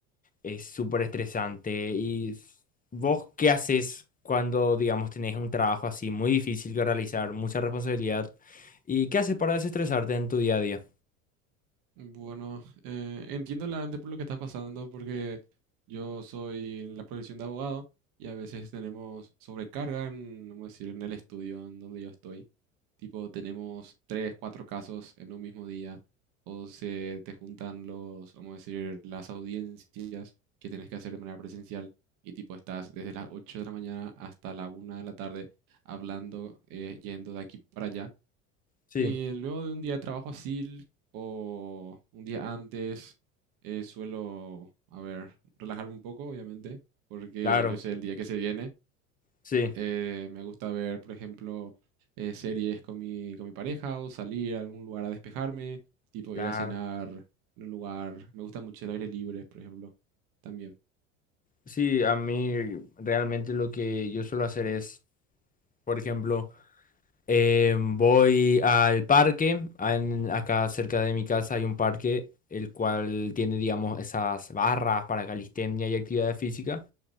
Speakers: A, on the left; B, on the right.
A: es súper estresante. ¿Y vos qué haces cuando, digamos, tenés un trabajo así muy difícil que realizar, mucha responsabilidad? ¿Y qué haces para desestresarte en tu día a día?
B: Bueno, eh, entiendo realmente por lo que está pasando, porque yo soy en la profesión de abogado y a veces tenemos sobrecarga en, vamos a decir, en el estudio en donde yo estoy. Tipo, tenemos tres, cuatro casos en un mismo día, o se te juntan los, vamos a decir, las audiencias que tienes que hacer de manera presencial y tipo estás desde las 8 de la mañana hasta la una de la tarde hablando, eh, yendo de aquí para allá.
A: Sí,
B: Y luego de un día de trabajo así o un día antes, eh, suelo, a ver, relajarme un poco, obviamente, porque
A: claro,
B: yo sé el día que se viene.
A: sí.
B: Eh, me gusta ver, por ejemplo, eh, series con mi, con mi pareja o salir a algún lugar a despejarme, tipo
A: Claro.
B: ir a cenar en un lugar. Me gusta mucho el aire libre, por ejemplo, también.
A: Sí, a mí realmente lo que yo suelo hacer es, por ejemplo, eh, voy al parque, a- en- acá cerca de mi casa hay un parque, el cual tiene, digamos, esas barras para calistenia y actividad física,